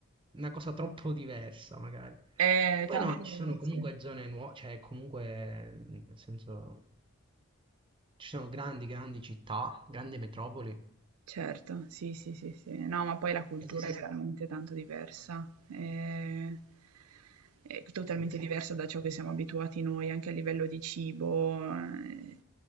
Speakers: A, on the right (about 20°); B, on the right (about 80°).
A: una cosa troppo diversa magari.
B: Eh,
A: Poi
B: tanto
A: no, ci sono comunque
B: sì,
A: zone nuove, cioè comunque, nel senso, ci sono grandi, grandi città, grandi metropoli.
B: certo, sì, sì, sì, sì. No, ma poi la cultura
A: E se- se-
B: è veramente
A: eh
B: tanto diversa. eh, È, totalmente
A: sì, sì, sì, sì,
B: diversa da ciò che siamo abituati noi, anche a livello di cibo, eh,